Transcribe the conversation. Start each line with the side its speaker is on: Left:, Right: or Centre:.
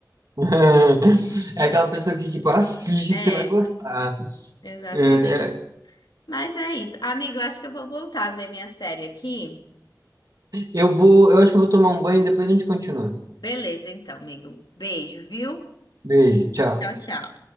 Right: <laughs> É
Left: <laughs> Eu,
Right: aquela pessoa que, tipo, assiste
Left: É,
Right: que você vai gostar.
Left: exatamente.
Right: É, é,
Left: Mas é isso. Amigo, eu acho que eu vou voltar a ver minha série aqui.
Right: eu vou, eu acho que eu vou tomar um banho e depois a gente continua.
Left: Beleza, então, amigo. Beijo, viu?
Right: Beijo, tchau.
Left: Tchau, tchau.